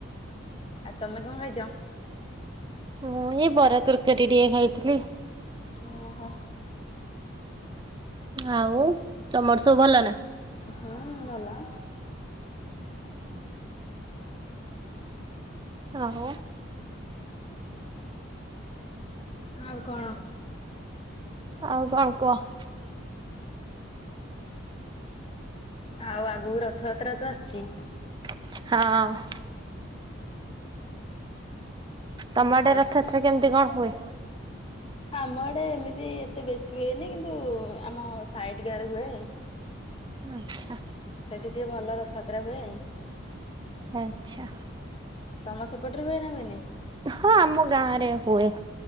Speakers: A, on the left; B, on the right.
A: ଆଉ ତମେ କଣ ଖାଇଛ?
B: ମୁଁ ଏଇ ବରା ତରକାରୀ ଟିକେ ଖାଇଥିଲି।
A: ଓହୋ।
B: ଆଉ ତମର ସବୁ ଭଲ ନା?
A: ହଁ ଭଲ।
B: ଆଉ।
A: ଆଉ କଣ?
B: ଆଉ କଣ କୁହ?
A: ଆଉ ଆଗକୁ ରଥଯାତ୍ରା ତ ଆସୁଛି
B: ହଁ। ତମ ଆଡେ
A: ରଥ
B: ରଥଯାତ୍ରା କେମିତି କଣ ହୁଏ?
A: ଆମ ଆଡ଼େ ଏମିତି ଏତେ ବେଶୀ ହୁଏନି କିନ୍ତୁ ଆମ ସାଇଟ୍ ଗାଁରେ ହୁଏ।
B: ଆଚ୍ଛା।
A: ସେଠି ଟିକେ ଭଲ ରଥଯାତ୍ରା ହୁଏ।
B: ଆଚ୍ଛା।
A: ତମ ସେପଟରେ ବି ଏନା ହୁଏନି।
B: ହଁ ଆମ ଗାଁ ରେ ହୁଏ।